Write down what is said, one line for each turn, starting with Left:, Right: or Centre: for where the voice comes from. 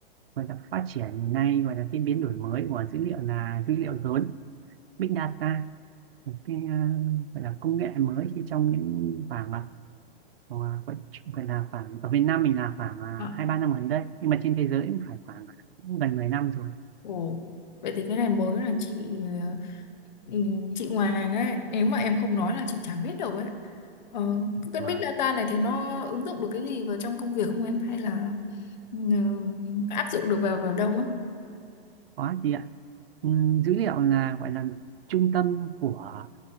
Right: gọi là phát triển ngày nay gọi là cái biến đổi mới của dữ liệu là dữ liệu lớn big data một cái ờ, gọi là công nghệ mới khi trong những khoảng Ờ, vẫn chung gần là khoảng ở Việt Nam mình là khoảng à,
Left: ờ,
Right: hai ba năm gần đây nhưng mà trên thế giới cũng phải khoảng à, cũng gần mười năm rồi
Left: ồ, vậy thì cái này mới là chị ờ, Ừ, chị ngoài ngành ấy nếu mà em không nói là chị chả biết đâu ấy ờ, cái
Right: Vâng,
Left: big data này thì nó ứng dụng được cái gì vào trong công việc không em hay là ừ, áp dụng được vào vào đâu á
Right: có chị ạ Ừm, dữ liệu là gọi là trung tâm của